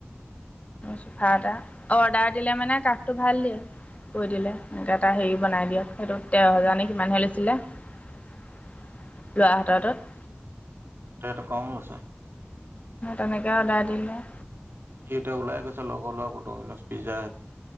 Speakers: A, on the left; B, on the right.
A: চোফা এটা অৰ্ডাৰ দিলে মানে কাঠটো ভাল দিয়ে কৈ দিলে এনেকে এটা হেৰি বনাই দিয়ক সেইটো তেৰ হাজাৰে কিমানহে লৈছিলে। লৰাহতৰটোট
B: এতিয়াটো কম লৈছে
A: তেনেকৈ অৰ্ডাৰ দিলে
B: সি এতিয়া ওলাই গৈছে লগৰ লোৱা আ ডমিনজ পিজ্জা